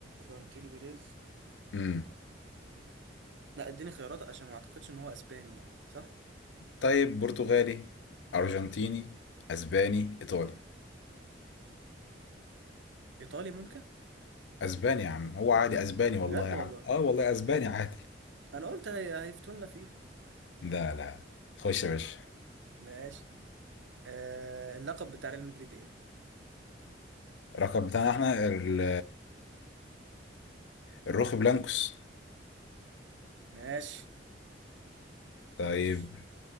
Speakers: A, on the right; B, on the left.
A: فلورنتينو بيريز
B: امم
A: لا اديني خيارات عشان ما اعتقدش ان هو اسباني يعني صح
B: طيب برتغالي أرجنتيني أسباني إيطالي
A: ايطالي ممكن
B: أسباني يا عم هو عادي أسباني والله
A: بجد
B: يا عم
A: والله
B: آه والله أسباني عادي
A: انا قلت هي... هيفتونا فيها
B: لا لا خش يا باشا
A: ماشي آه... اللقب بتاع ريال مدريد ايه
B: الرقم بتاعنا احنا ال الروخ بلانكوس
A: ماشي
B: طيب
A: خش